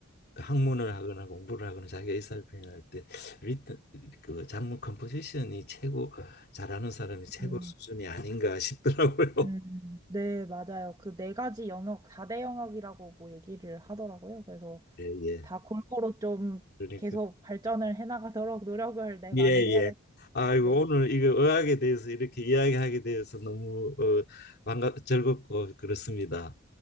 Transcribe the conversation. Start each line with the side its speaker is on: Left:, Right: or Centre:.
Left: 그 학문을 하거나 공부를 하거나 자기가 의사를 표현할 때 리듬 그 장문 컴포지션이 최고 잘하는 사람이 최고
Right: 음.
Left: 수준이 아닌가 싶더라고요.
Right: 음.
Left: <laughs>
Right: 네, 맞아요. 그 네 가지 영역, 4대 영역이라고 뭐 얘기를 하더라고요. 그래서
Left: 예, 예.
Right: 다 골고루 좀
Left: 그러니까
Right: 계속 발전을 해나가도록 노력을 네, 많이
Left: 예, 예.
Right: 해야 될 것 같아요.
Left: 아이고
Right: 네.
Left: 오늘 이거 의학에 대해서 이렇게 이야기하게 되어서 너무 어, 반갑 즐겁고 그렇습니다.